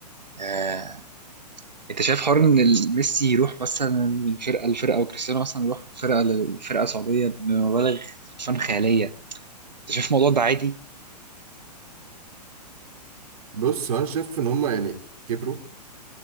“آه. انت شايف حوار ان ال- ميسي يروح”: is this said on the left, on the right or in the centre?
Right